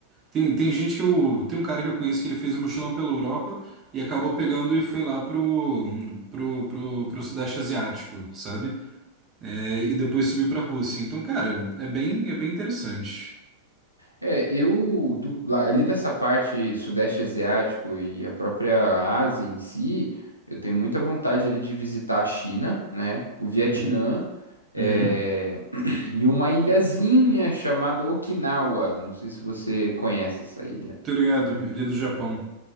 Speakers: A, on the right; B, on the left.
A: Tem, tem gente que eu tem um cara que eu conheço que ele fez um mochilão pela Europa e acabou pegando e foi lá pro pro, pro, pro Sudeste Asiático, sabe? É, e depois subiu pra Rússia. Então, cara, é bem é bem interessante.
B: É, eu do- lá- ali dessa parte sudeste asiático e a própria Ásia em si, eu tenho muita vontade ali de visitar a China, né? O Vietnã,
A: Uhum.
B: é,
A: Uhum.
B: <clears throat> e uma ilhazinha chamada Okinawa. Não sei se você conhece essa ilha.
A: Tô ligado, ele é do Japão.